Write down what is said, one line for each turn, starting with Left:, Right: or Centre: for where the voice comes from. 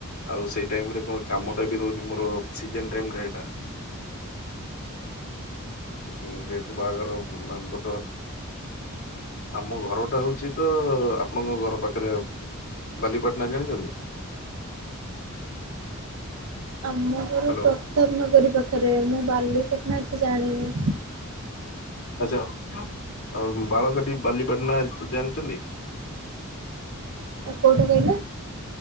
Left: ଆଉ ସେଇ ଟାଇମରେ କଣ କାମଟା ବି ରହୁଛି ମୋର ସିଜନ୍ ଟାଇମଟା ଏଇଟା। ଉଁ ଯେହେତୁ ବାହାଘର ଆଉ ବ୍ରତ ଆମ ଘରଟା ହଉଛି ତ ଆପଣଙ୍କ ଘର ପାଖରେ ବାଲିପାଟଣା ଜାଣିିଛନ୍ତି?
Right: ଆମ ଘର
Left: ହ୍ୟାଲୋ।
Right: ପ୍ରତାପନଗରୀ ପାଖରେ ମୁଁ ବାଲିପାଟଣା ଏତେ ଜାଣିନି।
Left: ଆଚ୍ଛା। ଆଉ ବାଳକାଟି, ବାଲିପାଟଣା ଜାଣିଛନ୍ତି?
Right: ଆ କୋଉଠି କହିଲେ?